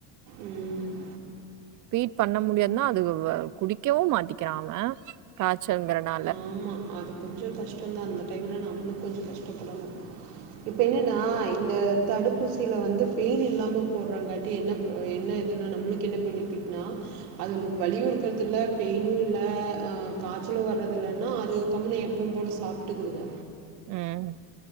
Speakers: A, on the right; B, on the right.
A: ம்.
B: ஃபீட் பண்ண முடியாதுன்னா அது குடிக்கவும் மாட்டிக்கிறா அவன் காய்சங்கிரனா
A: ஆமா அது கொஞ்ஜோ கஷ்டம்தான் அந்த டைம்ல நம்மளும் கொஞ்ச கஷ்டப்படணும் இப்ப என்னன்னா இந்த தடுப்பூசியில வந்து பெயினு இல்லாம போட்றாங்க தி என்ன என்னதுனா நம்மளுக்கு என்ன பெனிபிட்னா அதுல வலியும் இருக்கறது இல்ல பெயினும் இல்ல காய்ச்சலும் வறது துல்லனா அது கம்முன்னு எப்போவும் போல சாப்ட்டுக்குறது
B: ம்